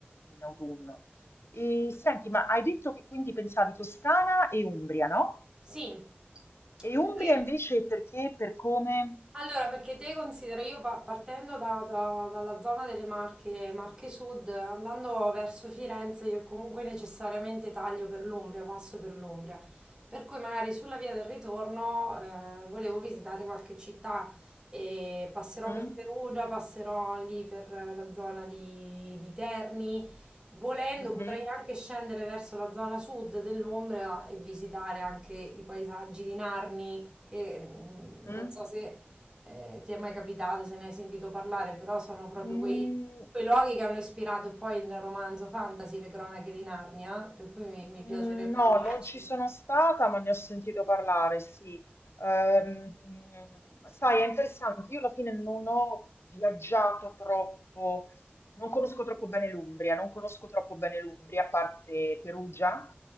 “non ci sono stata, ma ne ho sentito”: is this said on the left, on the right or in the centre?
Left